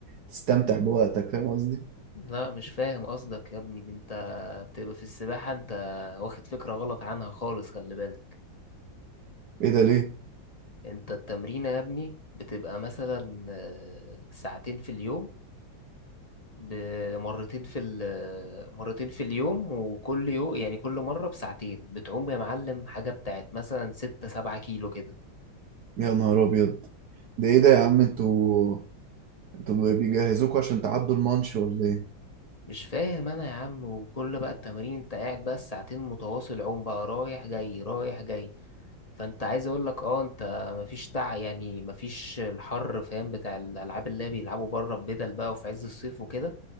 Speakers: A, on the right (about 60°); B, on the left (about 20°).
A: تستمتع بوقتك فاهم قصدي
B: لا مش فاهم قصدك يا ابني انت بتبقى في السباحة انت واخد فكرة غلط عنها خالص خلي بالك
A: ايه ده ليه
B: انت التمرين يا ابني بتبقى مثلا آه، ساعتين في اليوم بمرتين في ال آه، مرتين في اليوم وكل يوم يعني كل مرة بساعتين بتعوم يا معلم حاجة بتاعت مثلا ستة سبعة كيلو كده
A: يا نهار ابيض ده ايه ده يا عم انتوا انتوا بيجهزوكوا عشان تعدوا المانش ولا ايه
B: مش فاهم انا يا عم وكل بقى التمارين انت قاعد بقى الساعتين متواصل عوم بقى رايح جاي رايح جاي فانت عايز اقول لك اه انت مفيش تع يعني مفيش الحر فاهم بتاع الالعاب اللي بيلعبوا بره ببدل بقى وفي عز الصيف وكده